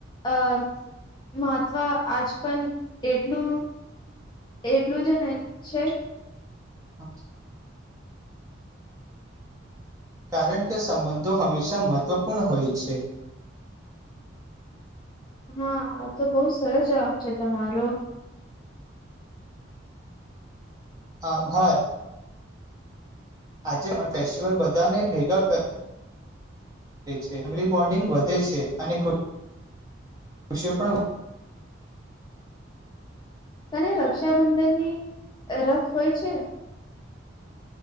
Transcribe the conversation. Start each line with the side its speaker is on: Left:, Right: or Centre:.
Left: અ મહત્વ આજ પણ એટલું એટલું જ ને છે
Right: અચછ કારણ કે સંબંધો હંમેશા મહત્વપૂર્ણ હોય છે
Left: હા આ તો બહુ સરસ જવાબ છે તમારો
Right: હ ભર આજે પણ ફેસ્ટિવલ બધાને ભેગાે ફેમલી બોન્ડિંગ વધે છે અનેુ વિશ્ય પણ
Left: તને રક્ષાબંધનની રખ હોય છે